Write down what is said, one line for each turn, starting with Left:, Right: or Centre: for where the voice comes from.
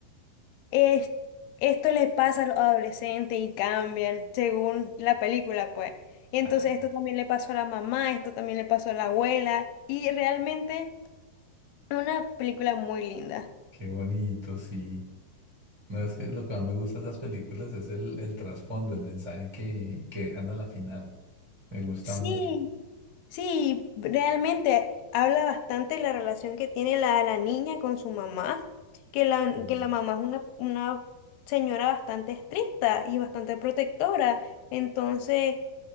Left: es- esto le pasa a los adolescentes y cambian según la película, pues. Y entonces
Right: Ah,
Left: esto también le pasó a la mamá, esto también le pasó a la abuela. Y realmente una película muy linda.
Right: qué bonito, sí. No, es que lo que más me gusta de esas películas es el, el trasfondo, el mensaje que, que dejan a la final. Me gusta
Left: Sí.
Right: mucho.
Left: Sí, realmente habla bastante la relación que tiene la, la niña con su mamá, que la,
Right: Mm,
Left: que la mamá es una, una señora bastante estricta y bastante protectora. Entonces,